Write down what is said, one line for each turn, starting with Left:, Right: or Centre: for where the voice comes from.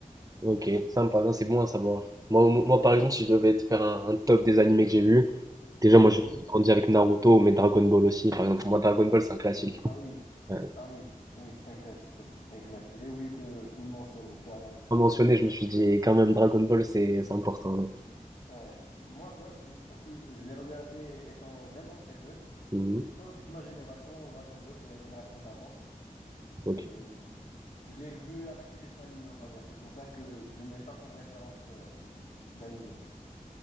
Right: Ok, sympa, non, c'est bon à savoir. Moi, moi, moi, par exemple, si je devais te faire un, un top des animés que j'ai vus, déjà, moi,
Left: Mhm.
Right: j'ai grandi avec Naruto, mais Dragon Ball aussi. Par exemple, moi, Dragon Ball, c'est un classique.
Left: Ah oui,
Right: Euh,
Left: ah oui, oui, c'est un classique aussi, exact. J'ai oublié de de le mentionner, tu as raison.
Right: comme mentionné, je me suis dit, quand même, Dragon Ball, c'est c'est important. hein.
Left: Ouais. Moi, moi, parce que je l'ai regardé étant vraiment très jeune.
Right: Mhm.
Left: C'est pas aussi de ma génération, Dragon Ball, c'est la génération d'avant.
Right: Ok.
Left: Euh, je l'ai vu avec les dessins animés, on va dire. C'est pour ça que je ne l'ai pas comme référence euh, d'animé.